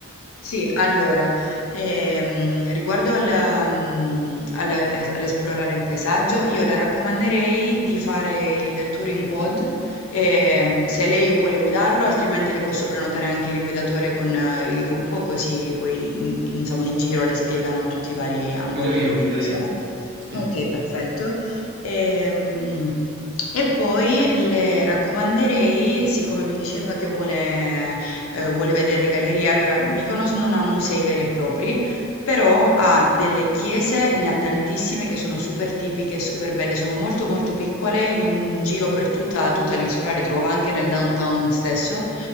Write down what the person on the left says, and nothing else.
Sì, allora, ehm, riguardo al, mm, al- al- all'esplorare il paesaggio, io le raccomanderei di fare il tour in quad, ehm, se lei vuole guidarlo, altrimenti le posso prenotare anche il guidatore con eh, il gruppo, così poi in- insomma in giro le spiegano tutti i vari angoli
dell'isola.
Okay, perfetto. Ehm, e poi le raccomanderei, siccome mi diceva che vuole ehm, vuole vedere gallerie, allora Mykonos non ha musei veri e propri, però ha delle chiese, ne ha tantissime che sono super tipiche e super belle, sono molto molto piccole, in giro per tutta tutta l'isola, le trova anche nel downtown stesso.